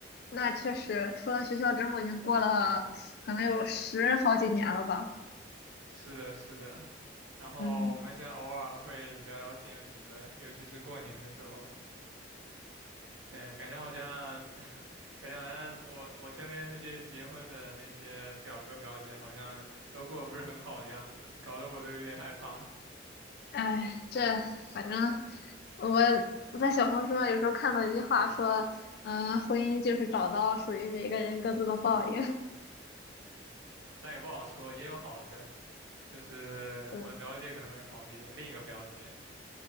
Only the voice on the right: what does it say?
是的，是的。然后我们现在偶尔会聊聊天什么的，
尤其是过年的时候。对，感觉好像，<laughs> 感觉好像我我身边那些结婚的那些表哥表姐好像都过得不是很好的样子，搞得我都有点害怕。
但也不好说，也有好的，就是我的表姐可能会好一点，
另一个表姐，